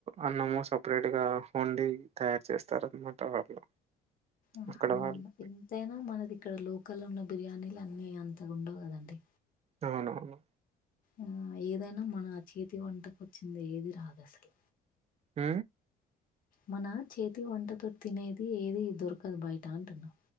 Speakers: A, on the right; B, on the left.
A: అన్నము సపరేట్ గా వండి తయారు చేస్తారన్నమాట వాళ్ళు
B: ఆహా
A: అక్కడ వాళ్ళు
B: ఎంతైనా మనది ఇక్కడ లోకల్ ఉన్న బిర్యానీలు అన్ని అంతగా ఉండవు కదండీ
A: అవునవును
B: ఆ ఏదైనా మన చేతి వంటకు వచ్చింది ఏది రాదు అసలు
A: ఉ
B: మన చేతి వంటతో తినేది ఏది దొరకదు బయట అంటున్నా